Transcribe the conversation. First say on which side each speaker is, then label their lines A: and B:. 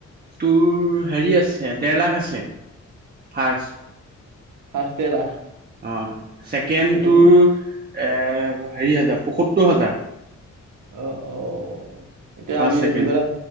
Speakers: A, on the right; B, on the right.
A: তোৰ হেৰি আছে দেৰ লাখ আছে ফাৰ্ষ্ট
B: ফাৰ্ষ্ট দেৰ লাখ
A: অ ছেকেণ্ড
B: ছেকেণ্ডৰ
A: তোৰ এ হেৰি হাজাৰ পসত্তোৰ হাজাৰ
B: অ অ এতিয়া
A: ফাৰ্ষ্ট
B: আমি
A: ছেকেণ্ড
B: কিবা এটা